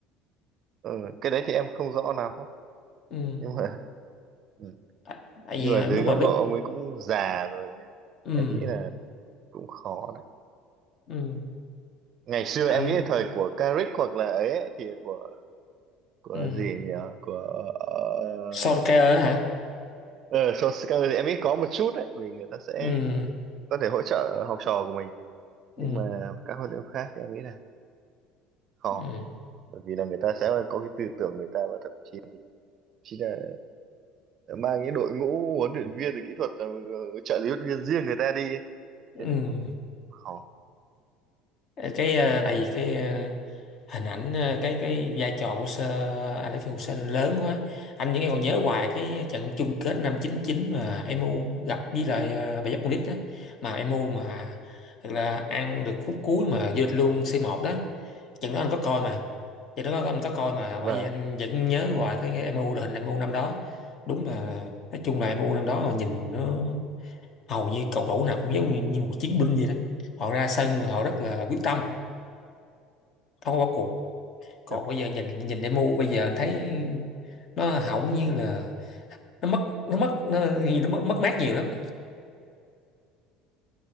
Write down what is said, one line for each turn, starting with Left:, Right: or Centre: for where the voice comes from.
Right: ừ, cái đấy thì em không rõ lắm
Left: Ừ.
Right: nhưng mà <laughs> ừ.
Left: Tại tại
Right: nhưng
Left: vì
Right: mà
Left: anh
Right: dưới
Left: lúc
Right: góc
Left: mà lúc
Right: độ ông ấy cũng già rồi
Left: ừ,
Right: em nghĩ là cũng khó đấy
Left: ừ.
Right: ngày xưa em
Left: anh
Right: nghĩ là thời của Carrick hoặc là ấy ấy, thì của của
Left: ừ.
Right: gì nhỉ của ờ,
Left: Solskjaer á hả?
Right: ờ, Solskjaer thì em nghĩ có một chút đấy vì người ta sẽ
Left: Ừ,
Right: có thể hỗ trợ học trò của mình
Left: ừ,
Right: nhưng mà các huấn luyện viên khác thì em nghĩ là khó
Left: ừ,
Right: bởi vì là người ta sẽ có cái tư tưởng người ta và thậm chí chỉ là mang cái đội ngũ huấn luyện viên rồi kỹ thuật ờ, trợ lý huấn luyện viên riêng người ta đi ấy.
Left: ừ.
Right: nên là khó
Left: Cái ờ, tại vì cái ờ, hình ảnh ờ, cái cái vai trò của Sir Alex Ferguson lớn quá anh vẫn còn nhớ hoài cái trận chung kết năm 99 mà emu gặp với lại ờ, Bayern Munich đó mà emu mà thật là ăn được khúc cuối mà vượt luôn C1 đó trận đó anh có coi mà trận đó anh có coi mà
Right: và
Left: bởi vì anh vẫn nhớ hoài cái, cái MU đội hình emu năm đó đúng là nói chung là emu năm đó mà nhìn nó hầu như cầu thủ nào cũng giống như, như một chiến binh vậy đó họ ra sân mà họ rất là quyết tâm không có bỏ cuộc còn
Right: <laughs>
Left: bây giờ nhìn nhìn demo bây giờ anh thấy nó hỏng như là nó mất nó mất nó, gì nó mất mất mát nhiều lắm